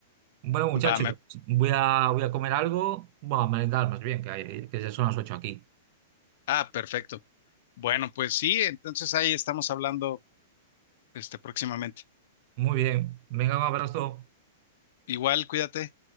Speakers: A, on the right; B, on the left.
A: Bueno, muchachos,
B: Va, me-
A: voy a, voy a comer algo. Bueno, a merendar más bien, que, hay- que ya son las 8 aquí.
B: Ah, perfecto. Bueno, pues sí, entonces ahí estamos hablando este próximamente.
A: Muy bien. Venga, un abrazo.
B: Igual, cuídate.